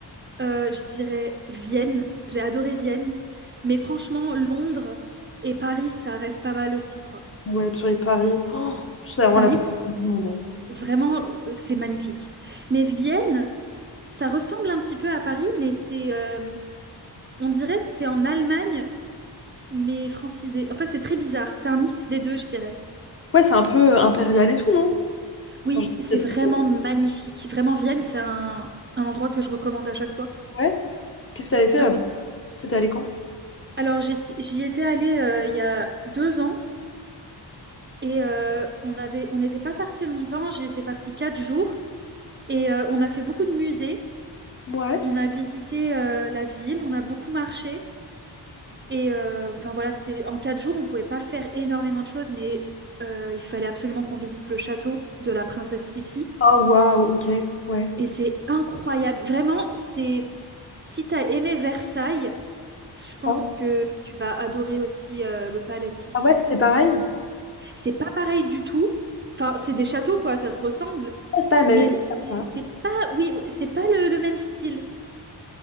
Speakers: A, on the right; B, on the left.
A: Euh, je dirais Vienne. J'ai adoré Vienne. Mais franchement, Londres et Paris, ça reste pas mal aussi, quoi.
B: Ouais, purée, de Paris. Oh, c'est vraiment
A: Paris,
B: la pire ville du monde. hein.
A: vraiment, c'est magnifique. Mais Vienne, ça ressemble un petit peu à Paris, mais c'est... euh, on dirait que t'es en Allemagne, mais francisé. Enfin, c'est très bizarre. C'est un mix des deux, je dirais.
B: Ouais, c'est un peu euh, impérial et tout, non?
A: Oui,
B: En général,
A: c'est
B: c'est-
A: vraiment magnifique. Vraiment, Vienne, c'est un, un endroit que je recommande à chaque fois.
B: Ouais. Qu'est-ce que t'avais fait
A: Ah
B: là-bas?
A: oui.
B: C'était allé quand?
A: Alors, j'y j'y étais allée euh, il y a deux ans. Et euh, on avait, on n'était pas parti longtemps, j'étais partie quatre jours et euh, on a fait beaucoup de musées,
B: Ouais.
A: on a visité euh, la ville, on a beaucoup marché et euh, enfin voilà, c'était en quatre jours, on pouvait pas faire énormément de choses, mais euh, il fallait absolument qu'on visite le château de la princesse Sissi
B: Ah, waouh, ok. Ouais.
A: et c'est incroyable, vraiment, c'est si t'as aimé Versailles, je pense
B: Ah ouais,
A: que tu vas adorer aussi euh, le palais de Sissi.
B: Ah ouais, c'est pareil?
A: C'est pas pareil du tout. Enfin, c'est des châteaux, quoi, ça se ressemble.
B: Ouais, c'est pas la même
A: Mais
B: époque
A: c'est
B: après. hein.
A: c'est pas, oui, c'est pas le, le même style.